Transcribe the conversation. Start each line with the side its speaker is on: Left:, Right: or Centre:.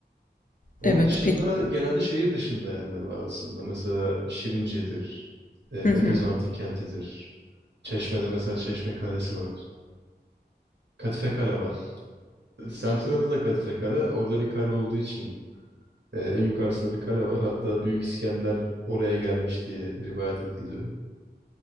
Right: Onun
Left: evet
Right: dışında
Left: peki.
Right: genelde şehir dışında yerler var aslında. Mesela Şirince'dir. e, Efes
Left: Hı hı.
Right: Antik Kenti'dir. Çeşme'de mesela Çeşme Kalesi var. Kadife Kale var. E, Semtin adı da Kadife Kale. Orada bir kale olduğu için e, en yukarısında bir kale var. Hatta Büyük İskender oraya gelmiş diye rivayet ediliyor.